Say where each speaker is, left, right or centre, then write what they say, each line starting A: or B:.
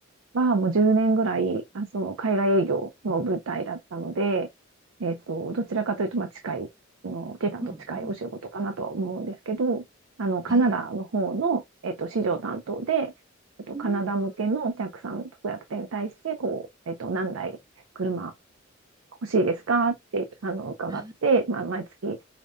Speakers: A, on the right; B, on the right.
A: はもう10年ぐらい、あ、その海外営業の舞台だったので、えっと、どちらかというと、まあ、近い、あの、K さんと近いお仕事かなとは思うんですけど、
B: うんうん。
A: あの、カナダの方の、
B: えー、
A: えっと、市場担当で、
B: う
A: えっと、
B: ん。
A: カナダ向けのお客さん、特約店に対して、こう、えっと、何台車欲しいですかって、あの、伺って、
B: あ
A: まあ、毎月